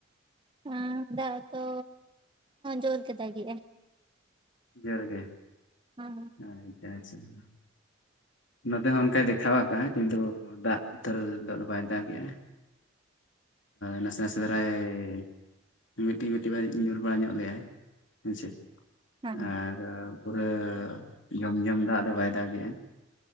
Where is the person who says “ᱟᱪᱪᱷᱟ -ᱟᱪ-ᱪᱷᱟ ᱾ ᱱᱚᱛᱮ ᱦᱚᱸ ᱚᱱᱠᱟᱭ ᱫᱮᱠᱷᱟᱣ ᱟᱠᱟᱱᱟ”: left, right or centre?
Left